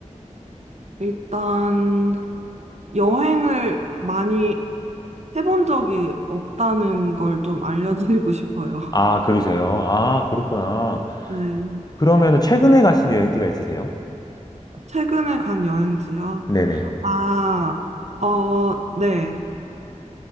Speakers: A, on the right (about 60°); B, on the left (about 30°).
A: 일단 여행을 많이 해본 적이 없다는 걸 좀 알려드리고 싶어요.
B: 아, 그러세요? 아, 그렇구나.
A: 네.
B: 그러면 최근에 가신 여행지가 있으세요?
A: 최근에 간 여행지요.
B: 네네.
A: 아, 어, 네.